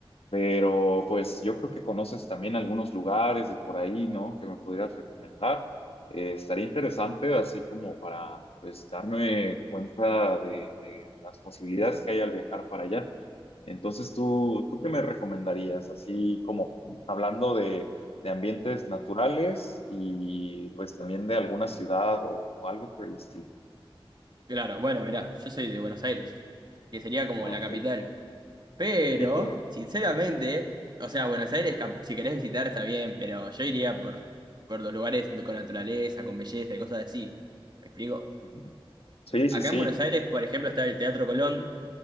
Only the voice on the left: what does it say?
pero pues yo creo que conoces también algunos lugares de por ahí, ¿no? Que me pudieras recomendar. Eh, estaría interesante así como para pues darme cuenta de de las posibilidades que hay al viajar para allá. Entonces, ¿tú, tú qué me recomendarías? Así como hablando de, de ambientes naturales y pues también de alguna ciudad o, o algo por el estilo.
Ah,
ok.
Sí, claro.
Ujú. Sí, sí,
sí.